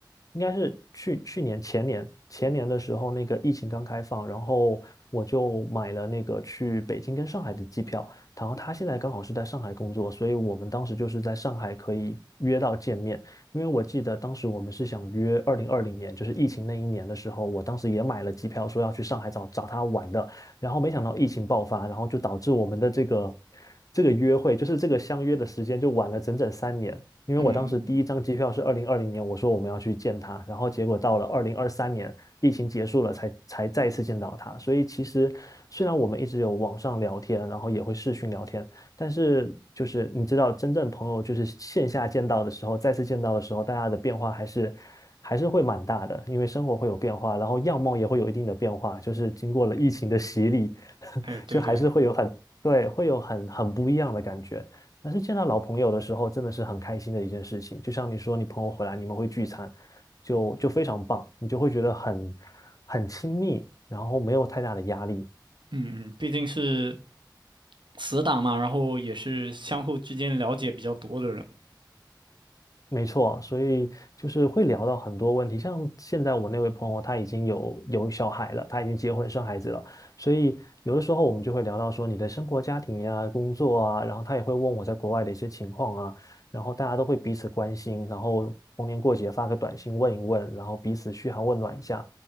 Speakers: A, on the left; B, on the right.
A: 应该是去去年前年前年的时候，那个疫情刚开放，然后我就买了那个去北京跟上海的机票。然后他现在刚好是在上海工作，所以我们当时就是在上海可以约到见面。因为我记得当时我们是想约二零二零年，就是疫情那一年的时候，我当时也买了机票，说要去上海找找他玩的，然后没想到疫情爆发，然后就导致我们的这个这个约会，就是这个相约的时间就晚了整整三年。因为我当时第一张机票是二零二零年，
B: 嗯嗯嗯。
A: 我说我们要去见他，然后结果到了二零二三年，疫情结束了才才再一次见到他。所以其实虽然我们一直有网上聊天，然后也会视讯聊天，但是就是你知道，真正朋友就是线下见到的时候，再次见到的时候，大家的变化还是还是会蛮大的，因为生活会有变化，然后样貌也会有一定的变化，就是经过了疫情的洗礼，<laughs>
B: 哎，对对，
A: 就还是会有很，对，会有很很不一样的感觉。但是见到老朋友的时候，真的是很开心的一件事情。就像你说，你朋友回来，你们会聚餐，就就非常棒，你就会觉得很很亲密，然后没有太大的压力。
B: 嗯嗯，毕竟是死党嘛，然后也是相互之间了解比较多的人。
A: 没错，所以就是会聊到很多问题，像现在我那位朋友，他已经有有小孩了，他已经结婚生孩子了，所以有的时候我们就会聊到说你的生活、家庭呀、工作啊，然后他也会问我在国外的一些情况啊，然后大家都会彼此关心，然后逢年过节发个短信问一问，然后彼此嘘寒问暖一下，